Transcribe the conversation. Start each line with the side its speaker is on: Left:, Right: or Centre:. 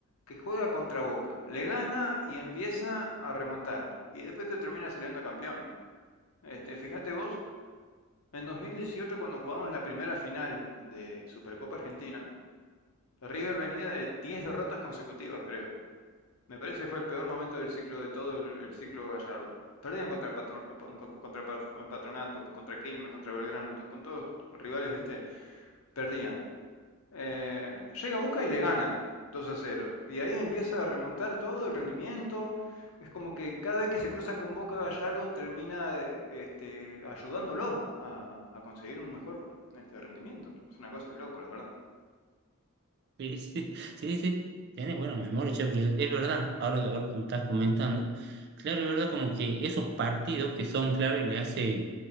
Left: que juega contra Boca, le gana y empieza a remontar, y después te termina saliendo campeón. Este, fíjate vos, en 2018 cuando jugamos la primera final de Supercopa Argentina, River venía de 10 derrotas consecutivas, creo. Me parece que fue el peor momento del ciclo de todo el, el ciclo Gallardo. Perdían contra, Patro- pon- contra, Pat- Patronato, contra Quilmes, contra Belgrano, con todos rivales, ¿viste? Perdían. Eh, llega Boca y le gana 2 a 0. Y ahí empieza a remontar todo el rendimiento. Es como que cada vez que se cruza con Boca Gallardo termina eh, este, ayudándolo a, a conseguir un mejor este, rendimiento. Es una cosa de loco, la verdad.
Right: Sí, sí, sí, sí, tenés buena memoria, che, porque es verdad, ahora, que- ahora que me estás comentando, claro, es verdad como que esos partidos que son clave le hace,